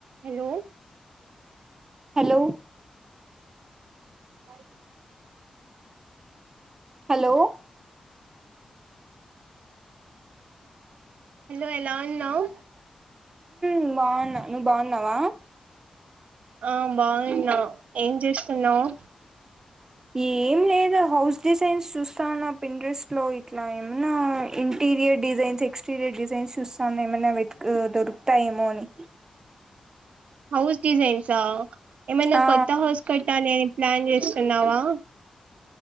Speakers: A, on the right (about 75°); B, on the right (about 25°).
A: Hello
B: hello
A: అ
B: hello
A: hello ఎలా ఉన్నావు?
B: మ్ బాగున్నా. నువ్వు బాగున్నావా?
A: ఆ బాగున్నా. ఏం చేస్తున్నావ్?
B: ఏం లేదు. హౌస్ డిజైన్స్ చూస్తానా. పిన్ ట్రస్ లో ఇట్లా ఏమన్నా ఇంటి, ఇంటీరియర్ డిజైన్స్, ఎక్స్టీరియర్ డిజైన్స్ చూస్తా ఉన్నా ఏమైనా వెతుకు దొరుకుతాయేమో అని.
A: హౌస్ డిజైన్సా ఏమైనా
B: ఆ
A: కొత్త హౌస్ కట్టాలి అని ప్లాన్ చేస్తున్నావా?